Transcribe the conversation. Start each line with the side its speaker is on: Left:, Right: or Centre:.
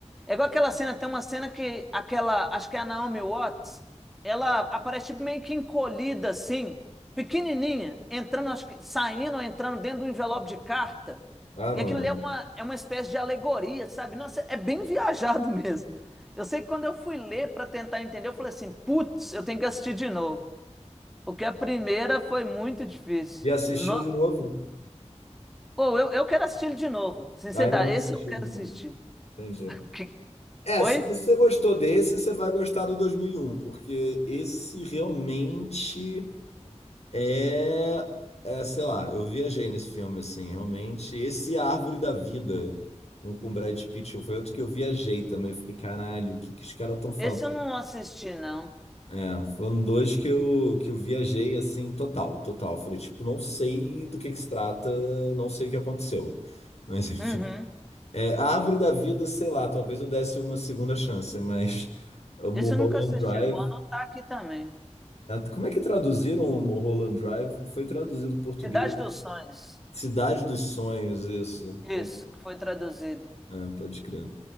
Centre: É igual aquela cena, tem uma cena que aquela, acho que é a Naomi Watts, ela aparece tipo, meio que encolhida assim, pequenininha, entrando, acho que, saindo ou entrando dentro de um envelope de carta.
Left: Ah,
Centre: E
Left: não
Centre: aquilo
Left: lembro.
Centre: ali é uma, é uma espécie de alegoria, sabe? Nossa, é bem <laughs> viajado mesmo. Eu sei que quando eu fui ler para tentar entender, eu falei assim, putz, eu tenho que assistir de novo, porque a primeira foi muito difícil.
Left: E assistiu
Centre: Nossa.
Left: de novo?
Centre: Pô, eu, eu quero assistir ele de novo. Sinceridade,
Left: Ah, ainda não assistiu
Centre: esse eu quero
Left: de novo.
Centre: assistir.
Left: Entendi.
Centre: <laughs> Que-
Left: É,
Centre: Oi?
Left: se você gostou desse, você vai gostar do 2001, porque esse realmente é, é, sei lá, eu viajei nesse filme, assim, realmente, esse Árvore da Vida, um com Brad Pitt, foi outro que eu viajei também, eu fiquei, caralho, o que que os caras estão falando?
Centre: Esse eu não assisti, não.
Left: É, foram dois que eu, que eu viajei, assim, total, total, Eu falei, tipo, não sei do que que se trata, não sei o que aconteceu, <laughs> mas enfim,
Centre: Uhum.
Left: é, a Árvore da Vida, sei lá, talvez eu desse uma segunda chance, mas... O Mulholland
Centre: Esse eu nunca assisti.
Left: Drive
Centre: Vou anotar aqui também.
Left: Como é que traduziram o Mulholland Drive? Foi traduzido para português.
Centre: Cidade dos Sonhos.
Left: Cidade dos Sonhos, isso.
Centre: Isso,
Left: É,
Centre: que foi traduzido.
Left: é, pode crer.